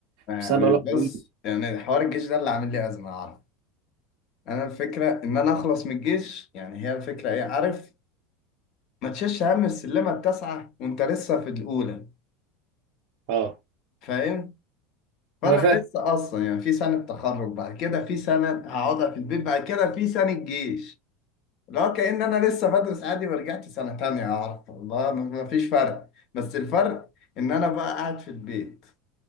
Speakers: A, on the left; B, on the right.
A: يعني
B: بس انا بقول
A: بص
B: لك
A: يعني حوار الجيش ده اللي عامل لي ازمه عارف انا الفكره ان انا اخلص من الجيش يعني هي الفكره ايه عارف ما تشيلش هم السلمه التاسعه وانت لسه في الاولى
B: اه
A: فاهم فانا
B: انا فاهم
A: لسه اصلا يعني في سنه تخرج بعد كده في سنه هقعدها في البيت بعد كده في سنه جيش لا كأن انا لسه بدرس عادي ورجعت سنه تانية اعرف والله ما ما فيش فرق بس الفرق ان انا بقى قاعد في البيت